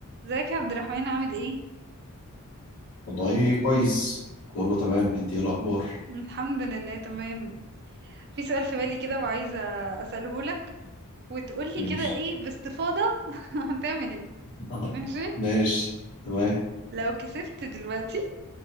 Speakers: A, on the right (about 45°); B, on the left (about 85°).
A: ازيك يا عبد الرحمن عامل ايه؟
B: والله كويس كله تمام انت ايه الاخبار
A: الحمد لله تمام في سؤال في بالي كده وعايزة أسأله لك وتقولي
B: ماشي
A: كده ايه باستفاضة <laughs> هتعمل ايه؟
B: <laughs>
A: ماشي؟
B: ماشي تمام
A: لو كسبت دلوقتي